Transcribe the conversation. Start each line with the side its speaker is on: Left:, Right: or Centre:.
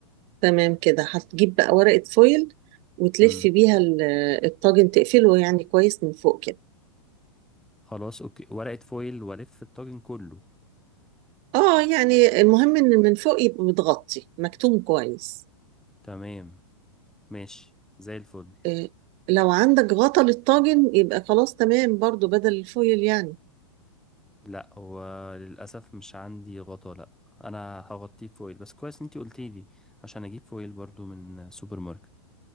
Right: تمام كده هتجيب بقى ورقه فويل وتلف
Centre: امم
Right: بيها ال- الطاجن تقفله يعني كويس من فوق كده
Centre: خلاص اوكي ورقة فويل والف الطاجن كله
Right: اه يعني المهم ان من فوق يبقى متغطي مكتوم كويس
Centre: تمام ماشي زي الفل
Right: إيه، لو عندك غطا للطاجن يبقى خلاص تمام برضو بدل الفويل يعني
Centre: لا هو للأسف مش عندي غطا لا أنا هغطيه فويل بس كويس أنتي قلتي لي عشان أجيب فويل برضو من سوبر ماركت